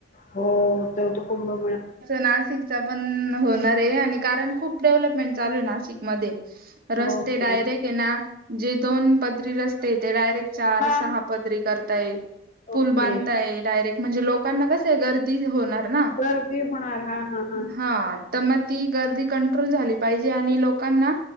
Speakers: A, on the left; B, on the right.
A: हो, तेव्हा तो कुंभमेळा
B: नाशिकचा पण होणारे, आणि कारण खूप डेव्हलपमेंट चालूये नाशिक मध्ये, रस्ते
A: ओके
B: डायरेक्टे ना, जे दोन पदरी रस्तेय, ते डायरेक्ट चार
A: हा
B: सहा पदरी करताय, पूल
A: ओके
B: बांधताय, डायरेक्ट म्हणजे, लोकांना कसय, गर्दी होणार ना.
A: गर्दी होणार, हा हा हा.
B: हा त म ती गर्दी कंट्रोल झाली पाहिजे, आणि लोकांना